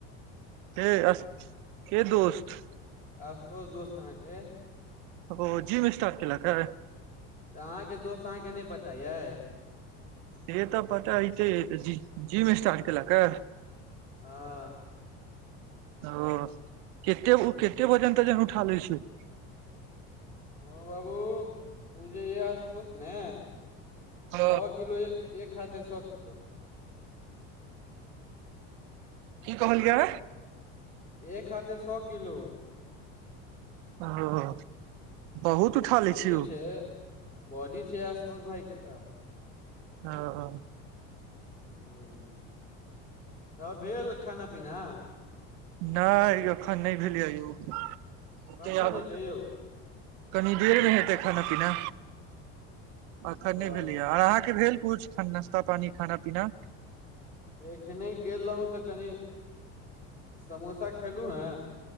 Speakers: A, on the right (about 75°); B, on the left (about 25°).
A: केँ अस केँ दोस्त
B: आस्तोस दोस्त अहाँकेँ
A: ओ जीम स्टाट कलक हे
B: तऽ अहाँके दोस्त अहाँकेँ नय पता अइ
A: से तऽ पता हते अइ जि - जिम स्टार्ट केलक ए
B: हँ
A: ओ कते उ कते वजन तजन उठा लै छै
B: हँ बाबू उ जे यऽ आसतौस ने
A: ह
B: सौ किलो एक हाथे सौ किलो
A: की कहलियै
B: एक हाथे सौ किलो
A: ओ बहुत उठा लै
B: बॉडी
A: छी ओ
B: छै बॉडी छै आसतोस भाई केँ तऽ
A: अ ओ
B: हुँ तब भेल खाना पीना
A: नाय यौ अखन नय भेलैय यौ हेतै
B: कखन
A: आब
B: एतै यौ
A: कनी देर मे हेते खाना पीना अखन
B: अ,
A: नय भेलै य अहाँकेँ भेल कछु नास्ता पानी खाना पीना
B: एखने गेल रहू तऽ कनि समोसा खेलहुँ हे